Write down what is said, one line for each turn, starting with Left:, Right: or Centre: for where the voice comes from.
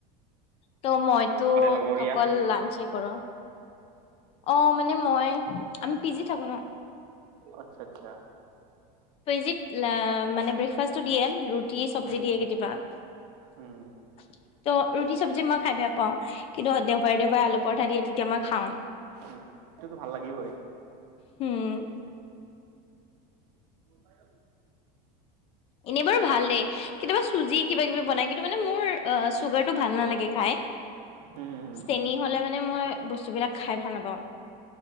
Left: ত' মইতো
Right: লগৰীয়া
Left: অকল লাঞ্চেই কৰো অ মানে মই আমি পি জি থাকো ন
Right: আচ্্চা আচ্ছা
Left: তজিত মানে ব্ৰেকফাষ্টটো দিয়ে ৰুটি চব্জি
Right: উম,
Left: দিয়ে ত'
Right: উম,
Left: ৰুটি চব্জি মই খাই বেয়া পাও কিন্তু দেওবাৰে দেওবাৰে আলু পৰঠা দিয়ে তেতিয়া মই খাওঁ
Right: উ সেইটোো ভাল লাগিবই
Left: উম
Right: বাই
Left: এনেই বাৰু ভালেই কেতিয়াবা চুজি কিবা কিবি বনাই কিন্তু মানে মোৰ অ চুগাৰ টো ভাল নালাগে খাই
Right: উম, হুম, হুম।
Left: চেনী হ'লে মানে মই বস্তুবিলাক খাই ভাল নাপাওঁ